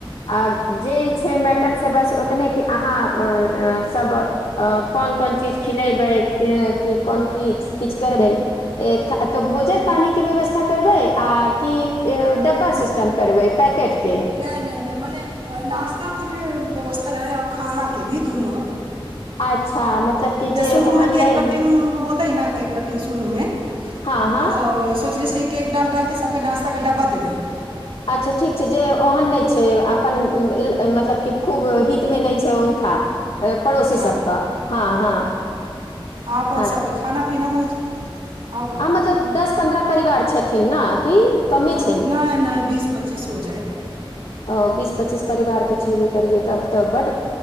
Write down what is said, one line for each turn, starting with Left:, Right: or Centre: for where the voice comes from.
Left: आ जे छै मैटर से बस ओतने कि अहाँ ए ए सब अ कोन कोन चीज खिलेबै कि कोन की किछु करबै तो भोजन पानी के व्यवस्था करबे आ कि डब्बा सिस्टम करबे पैकेटके
Right: नय नय नय मने नास्ताके भी व्यवस्था रहै ओर खानाके भी दुनू
Left: अच्छा मतलब कि
Right: त
Left: जे
Right: शुरूमे
Left: ओहन
Right: केक
Left: नहि
Right: कटिंग होतै न केक कटिंग शुरूमे
Left: हँ हँ
Right: तऽ सोचले छिय केक डाल डालके सभके नास्ताके डब्बा द दैबे
Left: अच्छा ठीक छै जे ओहन नय छै अपन मतलब कि खूब हितमे नय छै हुनका पड़ोसी
Right: हँ
Left: सब का हँ हँ
Right: आ
Left: ह
Right: खाना पीना होइ अउ का
Left: मतलब दस पन्द्रह परिवार छथिन ने कि कमे
Right: हँ
Left: छै
Right: नै नै बीस प <unintelligible> हो जाए
Left: अ बीस पच्चीस परिवार तऽ छेबे करियै तब तऽ बड